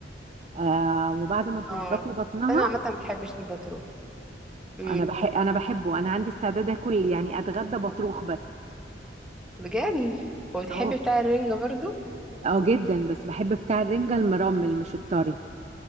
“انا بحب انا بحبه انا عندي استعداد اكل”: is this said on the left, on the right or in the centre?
Right